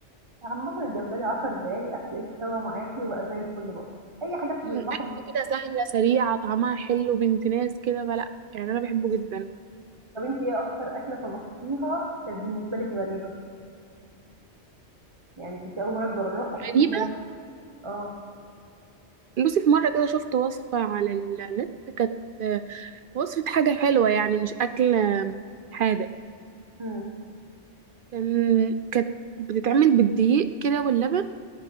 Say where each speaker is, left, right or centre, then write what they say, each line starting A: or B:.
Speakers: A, on the right (about 25°); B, on the right (about 60°).
A: عامةً الجمبري 10 دقايق هتلاقيه استوى معاكِ وبقى زي الفل برضه، أي حاجة في
B: مم،
A: البحر
B: اكل كده سهله سريعه طعمها حلو بنت ناس كده فلا يعني انا بحبه جدا
A: طب أنتِ إيه أكتر أكلة طبختيها كانت بالنسبة لِك غريبة؟ يعني كنتِ أول مرّة تجرّبيها وحسيتِ
B: غريبه
A: إن هي آه،
B: بصي في مره كده شفت وصفه على النت كانت آه، وصفه حاجه حلوه يعني مش اكل آه، حادق
A: إمم،
B: كان كانت بتتعمل بالدقيق كده واللبن